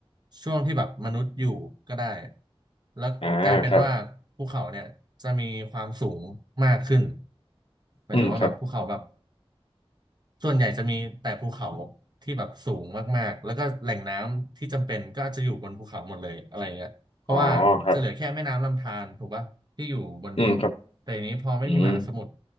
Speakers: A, on the right; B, on the left.
A: ช่วงที่แบบมนุษย์อยู่ก็ได้แล้วกลายเป็นว่าภูเขาเนี่ยจะมีความสูงมากขึ้น
B: อ่าครับ
A: หมายถึงว่าแบบภูเขาแบบ
B: อืมครับ
A: ส่วนใหญ่จะมีแต่ภูเขาที่แบบสูงมากๆแล้วก็แหล่งน้ำที่จำเป็นก็จะอยู่บนภูเขาหมดเลยอะไรเงี้ยเพราะว่าจะเหลือแค่แม่น้ำลำธารถูกป่ะที่อยู่บนดินแต่ทีนี้พอไม่มีมหาสมุทร
B: อ๋อครับอืมครับอืม